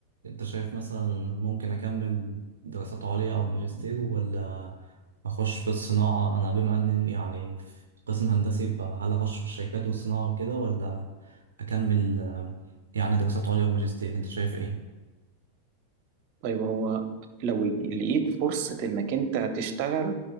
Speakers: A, on the right (about 65°); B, on the right (about 45°).
A: انت شايف مثلا ممكن اكمل دراسات عليا او ماجستير ولا اخش في الصناعة انا بما اني يعني في قسم هندسي فهل اخش في الشركات والصناعة وكده ولا اكمل آه، يعني دراسات عليا وماجستير انت شايف ايه
B: طيب هو لو لقيت فرصة إنك أنت تشتغل